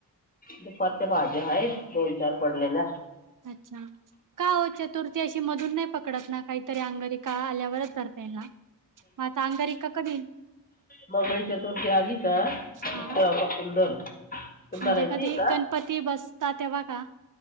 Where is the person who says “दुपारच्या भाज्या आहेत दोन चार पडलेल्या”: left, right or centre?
Left